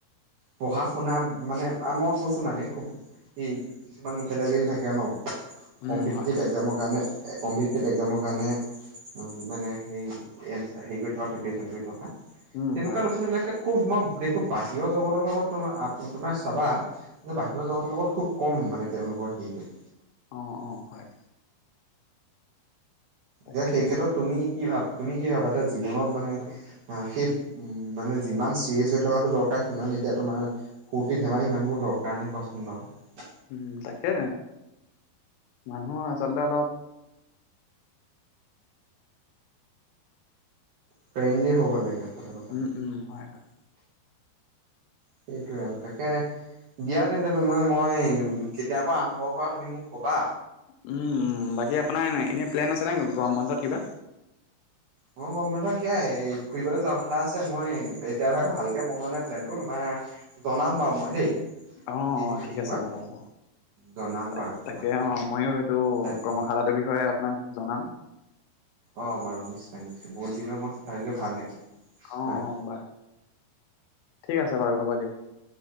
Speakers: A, on the right; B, on the left.
A: পঢ়া শুনা মানে মই কৈছোঁ মানে খুব এই কিছুমান ল'ৰা ছোৱালী আজিকালি থাকে ন
B: উম
A: কম্পিটিটিভ
B: হয়
A: এক্জামৰ কাৰণে কম্পিটিটিভ এক্সামৰ কাৰণে মানে হেই হেৰি কৰি থকা প্ৰিপেৰে্শন কৰি থকা তেনেকুৱা
B: উম হয়
A: ল'ৰা ছোৱালী বিলাকে খুব মই দেখোঁ বাহিৰৰ জগতৰ লগত তোমাৰ তোমাৰ চাবা যে বাহিৰৰ জগতৰ লগত খুব কম মানে তেওঁলোকৰ হেৰিটো
B: অ অ হয় তাকে
A: যেতি সেই ক্ষেত্ৰত তুমি কি ভাব-তুমি কি ভাবা এতিয়া জীৱনত মানে, সেই মানে যিমান চিৰিয়াছ হৈ থকাটো দৰকাৰ সিমান এতিয়া তোমাৰ ফূৰ্তি ধেমালি সিমানবোৰ দৰকাৰ নে কোৱাচোন বাৰু।
B: উম ', তাকে, মানুহৰ আচলতে অলপ
A: ফ্ৰেণ্ডলি হ'ব লাগে। আচলতে কথাটো
B: উম- উম, হয়- হয়।
A: সেইটোৱে আৰু, তাকে দিয়া তেন্তে তুমি মই, কেতিয়াৰ পৰা আৰম্ভ কৰা তুমি মোক কবা।
B: উম -উম, বাকী আপ আপোনাৰ এনে-এনেই প্লেন আছেনে গৰম বন্ধত কিবা?
A: মই গৰম বন্ধত সেইয়াই, ফুৰিবলৈ যোৱা কথা কথা আছে, মই এতিয়া ধৰা ভালকৈ বনোৱা নাই প্লেনটো, তোমাৰ জনাম বাৰু মই দেই।
B: অহ',
A: কি
B: - অহ',
A: হেৰি
B: ঠিক আছে
A: হয়
B: জনাই দিব,
A: জনাম
B: তাক-তাকে
A: বাৰু তোমাক
B: অ', মইও এইটো
A: তাকে
B: কৰ্মশালাটোৰ বিষয়ে আপোনাক জনাম।
A: অহ', বাৰু নি নিশ্চয়- নিশ্চয়, বহু দিনৰ মূৰত কথা পাতিলোঁ, ভাল লাগিল।
B: অহ',
A: হয়
B: - অহ', বাৰু। ঠিক আছে বাৰু হ'ব দিয়ক।